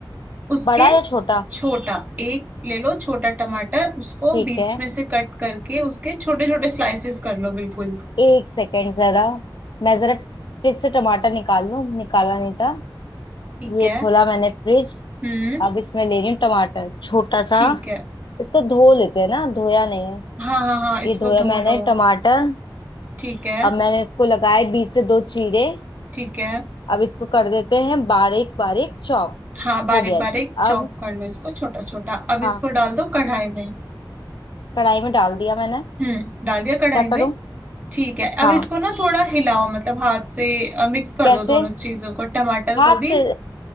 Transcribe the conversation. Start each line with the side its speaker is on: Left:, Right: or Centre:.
Right: उसके
Left: बड़ा या छोटा
Right: छोटा एक ले लो छोटा टमाटर उसको
Left: ठीक
Right: बीच
Left: है
Right: में से कट करके उसके छोटे छोटे स्लाइसेस कर लो बिल्कुल
Left: एक सेकेंड जरा मैं जरा फ्रिज से टमाटर निकाल लूं निकाला नहीं था
Right: ठीक
Left: ये
Right: है
Left: खोला मैंने फ्रिज
Right: हम्म
Left: अब इसमें ले रही हूँ टमाटर छोटा
Right: ठीक
Left: सा
Right: है
Left: इसको धो लेते हैं ना धोया नहीं है
Right: हाँ हाँ हाँ इसको
Left: ये धोया
Right: धो
Left: मैंने
Right: लो
Left: टमाटर
Right: ठीक है
Left: अब मैंने इसको लगाए बीच से दो चीरे
Right: ठीक है
Left: अब इसको कर देते हैं बारीक बारीक चॉप
Right: हाँ बारीक
Left: हो गया
Right: बारीक
Left: जी
Right: चॉप
Left: अब
Right: कर लो इसको छोटा छोटा अब
Left: हाँ
Right: इसको डाल दो कढ़ाई में
Left: कढ़ाई में डाल दिया मैंने
Right: हम्म डाल दिया कढ़ाई
Left: क्या करूँ
Right: में ठीक है
Left: हाँ
Right: अब इसको ना थोड़ा हिलाओ मतलब हाथ से मिक्स कर
Left: कैसे
Right: दो दोनों चीजों को टमाटर
Left: हाथ
Right: को भी
Left: से